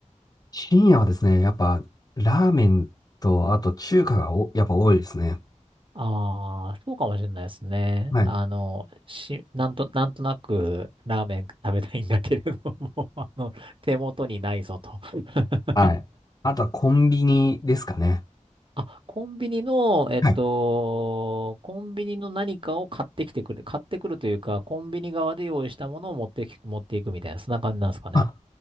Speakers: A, on the left; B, on the right.
A: 深夜はですね、やっぱ、ラーメンと、あと中華がお、やっぱ多いですね。
B: ああ、そうかもしれないですね。
A: はい。
B: あの、し、なんと、なんとなくラーメン食べたいんだけれども、<laughs> あの、手元にないぞと。<laughs>
A: はい。あとはコンビニですかね。
B: あ、コンビニの、えっと、
A: はい。
B: コンビニの何かを買ってきてくれ、買ってくるというか、コンビニ側で用意したものを持ってき、持っていくみたいな、そんな感じなんですかね。
A: あ、